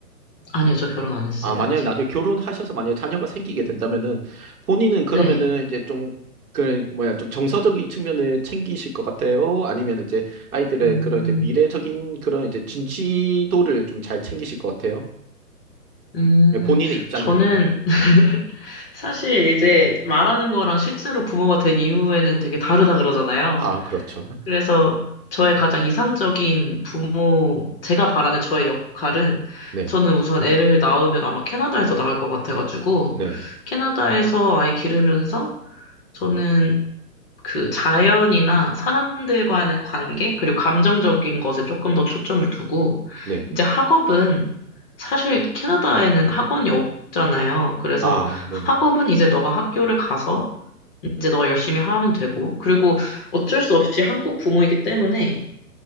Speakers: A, on the left (about 35°); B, on the right (about 65°).
A: 아니요, 저 결혼 안 했어요,
B: 아, 만약에
A: 아직.
B: 나중에 결혼하셔서 만약에 자녀가 생기게 된다면은 본인은 그러면은
A: 네,
B: 이제 좀, 그, 뭐야, 좀 정서적인 측면을 챙기실 것 같아요? 아니면 이제 아이들의
A: 음,
B: 그런 이제 미래적인 그런 이제 진취도를 좀 잘 챙기실 것 같아요?
A: 음,
B: 예, 본인의 입장이라면.
A: 저는 <laughs> 사실 이제 말하는 거랑 실제로 부모가 된 이후에는 되게 다르다 그러잖아요.
B: 아, 그렇죠. <laughs>
A: 그래서 저의 가장 이상적인 부모, 제가 바라는 저의 역할은
B: 네,
A: 저는 우선 애를 낳으면 아마 캐나다에서 낳을 것 같아가지고
B: 네,
A: 캐나다에서 아이 기르면서 저는 그 자연이나 사람들과의 관계, 그리고 감정적인 것에 조금 더 초점을 두고,
B: 네.
A: 이제 학업은 사실 캐나다에는 학원이 없잖아요. 그래서
B: 아, 네네.
A: 학업은 이제 너가 학교를 가서 이제 너가 열심히 하면 되고. 그리고 어쩔 수 없이 한국 부모이기 때문에